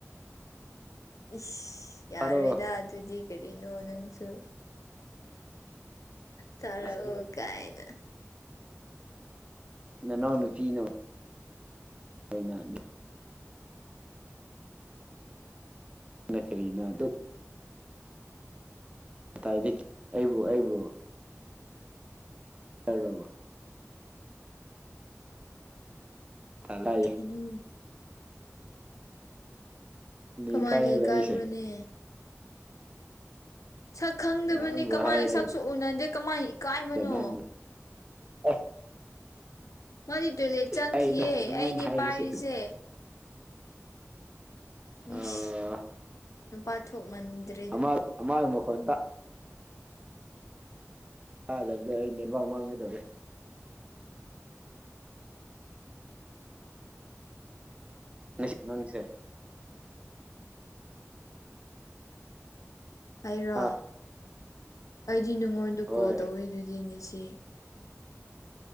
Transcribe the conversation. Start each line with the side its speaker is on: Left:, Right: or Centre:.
Left: ꯏꯁ ꯌꯥꯔꯣꯏꯗ
Right: ꯐꯔꯣ
Left: ꯑꯗꯨꯗꯤ ꯀꯔꯤꯅꯣ ꯅꯪꯁꯨ ꯇꯥꯔꯛꯑꯣ
Right: ꯑꯁ
Left: ꯀꯥꯏꯅ
Right: ꯅꯅꯥ ꯅꯨꯄꯤꯤ ꯅ ꯩꯅ ꯅ ꯀꯔꯤꯅ ꯑꯗꯨ ꯀꯥꯏꯗꯒꯤ ꯑꯩꯕꯨ ꯑꯩꯕꯨ <unintelligible> ꯇꯂꯥꯏ
Left: ꯑꯗꯨꯨ ꯀꯃꯥꯏꯅ
Right: ꯏꯀꯥꯏꯌꯦꯕ
Left: ꯀꯥꯏꯕ꯭ꯔꯣꯅꯦ
Right: ꯑꯩꯁꯦ
Left: ꯁꯛ ꯈꯪꯗꯕꯅꯤ
Right: ꯅꯪꯕꯨ
Left: ꯀꯃꯥꯏꯅ
Right: ꯍꯥꯏꯔꯒ
Left: ꯁꯛꯁꯨ ꯎꯅꯗꯦ ꯀꯃꯥꯏꯅ ꯏꯀꯥꯏꯕꯅꯣ
Right: ꯅꯪꯅ ꯑꯁ
Left: ꯃꯣꯏꯗꯤ ꯇꯣꯏꯂꯦꯠ ꯆꯪꯈꯤꯌꯦ
Right: ꯑꯩꯗ ꯑꯗꯨꯃꯥꯏꯅ
Left: ꯑꯩꯅꯦ
Right: ꯍꯥꯏꯔꯁꯨ
Left: ꯄꯥꯏꯔꯤꯁꯦ ꯃꯤꯁ
Right: ꯑꯥ
Left: ꯅꯨꯄꯥ ꯊꯣꯛꯃꯟꯗ꯭ꯔꯦ
Right: ꯑꯃꯥ ꯑꯃꯥ ꯃꯈ ꯑꯇ ꯊꯥꯗꯕꯗ ꯑꯩ ꯅꯦꯠꯋꯥꯛ ꯃꯥꯡꯒꯗꯧꯔꯦ ꯅꯤꯡꯁꯤꯡ ꯅꯪꯁꯦ
Left: ꯍꯥꯏꯔꯣ
Right: ꯍꯥ
Left: ꯑꯩꯗꯤ ꯅꯉꯣꯟꯗ
Right: ꯍꯣꯏ
Left: ꯀꯣꯜ ꯇꯧꯋꯤ ꯑꯗꯨꯗꯤ ꯉꯁꯤ